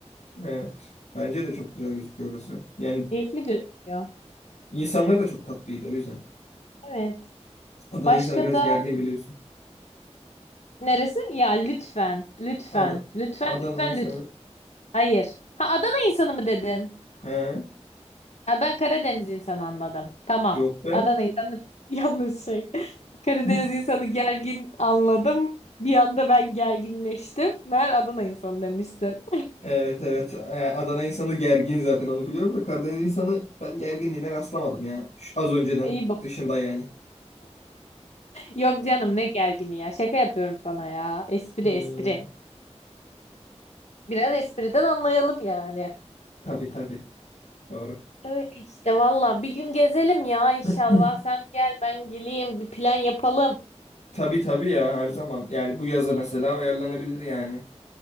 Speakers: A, on the left (about 85°); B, on the left (about 70°).
A: Evet. Bence de çok güzel gözüküyor orası. Yani
B: Keyifli gözüküyor.
A: insanlar da çok tatlıydı o yüzden.
B: Evet.
A: Adana
B: Başka
A: insanı biraz
B: da
A: gergin biliyorsun.
B: neresi? Ya lütfen. Lütfen.
A: Ad
B: Lütfen.
A: Adana
B: Lütfen.
A: insanı.
B: Lütfen. Hayır. Ha Adana insanı mı dedin?
A: He,
B: Ha, ben Karadeniz insanı anladım. Tamam.
A: yok be.
B: Adana insanı <laughs> yalnız şey. Karadeniz
A: <laughs>
B: insanı gergin anladım. Bir anda ben gerginleştim. Meğer Adana insanı demişsin.
A: Evet evet. E, Adana insanı gergin zaten onu biliyorum da Karadeniz insanı ben gerginliğine rastlamadım ya. Şu az önceden
B: İyi
A: dışında yani. <laughs>
B: Yok canım ne gergini ya. Şaka yapıyorum sana ya. Espri
A: Hmm.
B: espri. Biraz espriden anlayalım yani.
A: Tabii tabii. Doğru.
B: Öyle işte valla. Bir gün gezelim ya inşallah.
A: <clears throat>
B: Sen gel ben geleyim. Bir plan yapalım.
A: Tabii tabii ya her zaman. Yani bu yaza mesela ayarlanabilir yani.